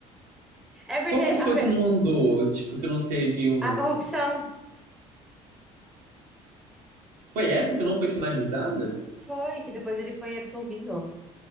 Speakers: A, in the centre; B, on the right.
A: É porque
B: Qual que foi
A: a, pe-
B: que não andou? Tipo, que não teve um.
A: a corrupção
B: Foi essa que não foi finalizada?
A: foi, que depois ele foi absolvido.